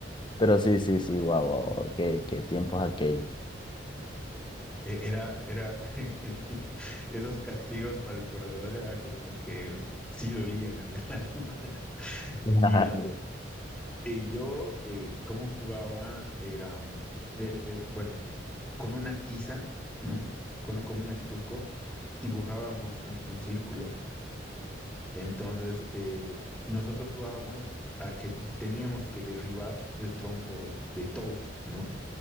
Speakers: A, on the left (about 25°); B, in the centre.
A: Pero sí, sí, sí, guau, guau, guau, qué, qué tiempos aquellos.
B: e- era, era, <laughs> esos castigos para el perdedor era como que sí dolían en el <laughs> alma.
A: Claro.
B: Mira, eh, yo eh, cómo jugaba era, mm, er- eh, bueno. con una tiza, ¿no? Con, con un estuco, dibujábamos un, un círculo. Entonces, eh, nosotros jugábamos a que teníamos que derribar el trompo de todos, ¿no?